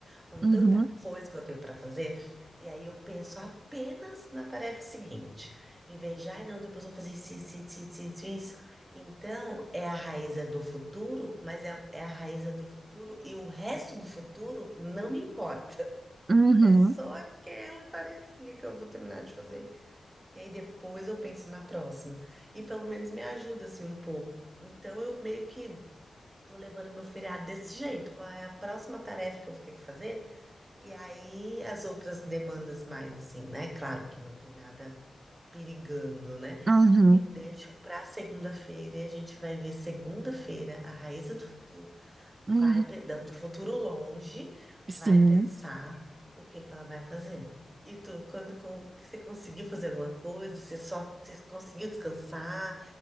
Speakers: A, on the right; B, on the right.
A: com
B: Uhum.
A: tanta coisa que eu tenho para fazer, e aí eu penso apenas na tarefa seguinte, em vez de, ai, não, depois eu vou fazer isso, isso, isso, isso, isso. isso". Então, é a raiz do futuro, mas é, é a raiz do futuro e o resto do futuro não me importa.
B: Uhum,
A: É só aquela tarefinha que eu vou terminar de fazer. E aí depois eu penso na próxima. E pelo menos me ajuda assim um pouco. Então eu meio que tô levando meu feriado desse jeito. Qual é a próxima tarefa que eu vou ter que fazer? E aí as outras demandas mais assim, né? Claro que não tem nada perigando, né?
B: uhum,
A: Eu deixo para segunda-feira e a gente vai ver segunda-feira a Raíza do futuro. Vai
B: uhum.
A: pe- da- do futuro longe, vai
B: Sim,
A: pensar o que que ela vai fazer. E tu, quando com, você conseguiu fazer alguma coisa, você só você conseguiu descansar?